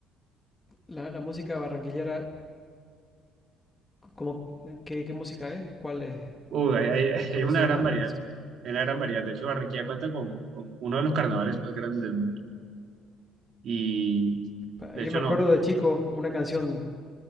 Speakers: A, on the left; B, on the right.
A: La, la música barranquillera, ¿cómo, qué, qué música es? ¿Cuál es?
B: Uy, hay, hay- hay
A: ¿Cómo
B: una
A: se
B: gran
A: llama la
B: variedad,
A: melódica?
B: hay una gran variedad. De hecho, Barranquilla cuenta con, con uno de los carnavales más grandes del mundo. Y
A: Pa-
B: de
A: Yo
B: hecho,
A: me
B: no,
A: acuerdo de chico una canción